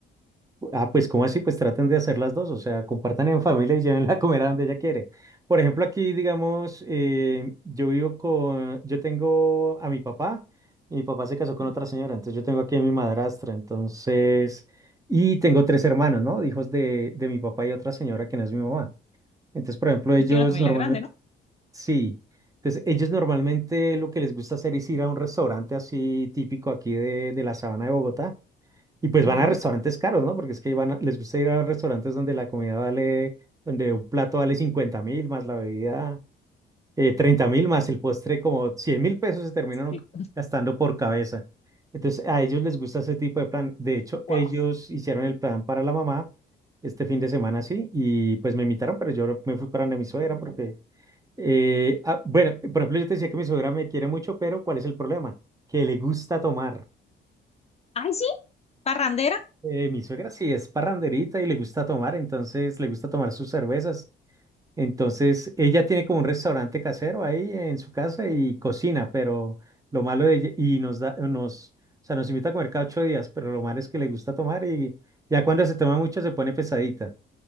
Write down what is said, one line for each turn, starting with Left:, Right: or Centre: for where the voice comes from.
Right: Ah, pues ¿cómo así? Pues traten de hacer las dos, o sea, compartan en familia y llévenla a comer a donde ella quiere. Por ejemplo, aquí, digamos, eh, yo vivo con, yo tengo a mi papá, y mi papá se casó con
Left: <laughs>
Right: otra señora, entonces yo tengo aquí a mi madrastra, entonces, y tengo tres hermanos, ¿no? Hijos de, de mi papá y otra señora que no es mi mamá. Entonces, por ejemplo, ellos
Left: No tiene una familia
Right: normalmente,
Left: grande, ¿no?
Right: sí, entonces ellos normalmente lo que les gusta hacer es ir a un restaurante así típico aquí de, de la sabana de Bogotá y pues
Left: Ujú.
Right: van a restaurantes caros, ¿no? Porque es que van a- les gusta ir a restaurantes donde la comida vale, donde un plato vale 50 mil, más la bebida eh, 30 mil, más el postre como 100 mil pesos se terminan o-
Left: Sí.
Right: gastando por cabeza. Entonces a ellos les gusta ese tipo de plan. De hecho,
Left: Wow.
Right: ellos hicieron el plan para la mamá este fin de semana, sí, y pues me invitaron, pero yo me fui para donde mi suegra porque, eh, ah, bueno, por ejemplo, yo te decía que mi suegra me quiere mucho, pero ¿cuál es el problema? Que le gusta tomar.
Left: Ay, sí. ¿Parrandera?
Right: Eh, mi suegra sí es parranderita y le gusta tomar, entonces le gusta tomar sus cervezas. Entonces ella tiene como un restaurante casero ahí en su casa y cocina, pero lo malo de ella, y nos da, nos, o sea, nos invita a comer cada ocho días, pero lo malo es que le gusta tomar y ya cuando se toma mucho se pone pesadita,